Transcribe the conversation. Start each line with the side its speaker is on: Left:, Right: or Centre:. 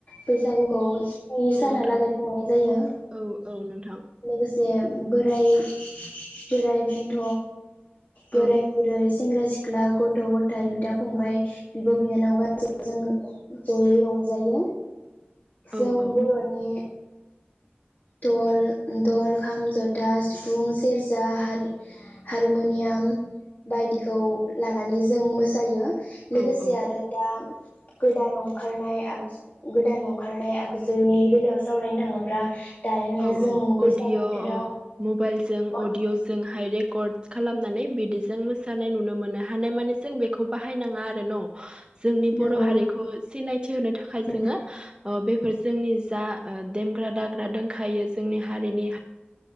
Left: बैसागुखौ स्नि
Right: औ
Left: साना
Right: नोंथां
Left: लागै खुंनाय जायो
Right: औ औ नोंथां
Left: लोगोसे जे बोराइ बोराइ बेन्थ
Right: औ
Left: बोराय बुरै सेंग्रा सिख्ला गथ गथाय बिदा फंबाय बिब बिनानाव गासै जों जयै रंजायो
Right: औ
Left: जों
Right: औ
Left: बरनि डल डल खाम जथा सिफुं सेरजा हारि हारमुनियाम बायदिखौ लानानै जों मोसायो
Right: औ
Left: लोगोसे
Right: औ
Left: आरो दा गोदान ओंखारनाय आगजु गोदान ओंखारनाय आगजुनि बेलायाव सावरायनो थाङोब्ला दानिया
Right: औ
Left: जों
Right: औ अदिअ
Left: बैसागु बोथोराव
Right: मबेलजों
Left: अ
Right: अडिअ जोंहाय रेकर्ड खालामनानै बिदिजों मोसानाय नुनो मोनो हानायमानि जों बेखौ बाहायनाङा आरो न जोंनि
Left: नंगौ
Right: बर हारिखौ सिनायथि होनो थाखाय
Left: नोंथां
Right: जोङो ओ बे फोर जोंनि जा ओ देमग्रा दाग्रा दों खायो जोंनि हारिनि